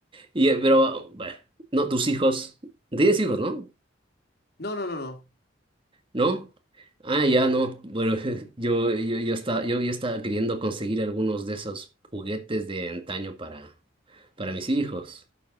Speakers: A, on the right; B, on the left.
A: y, eh, pero, bueno, no, tus hijos, tienes hijos, ¿no?
B: No, no, no, no.
A: ¿No? Ah, ya, no, bueno, <laughs> yo, yo, yo estaba, yo, yo estaba queriendo conseguir algunos de esos juguetes de antaño para, para mis hijos.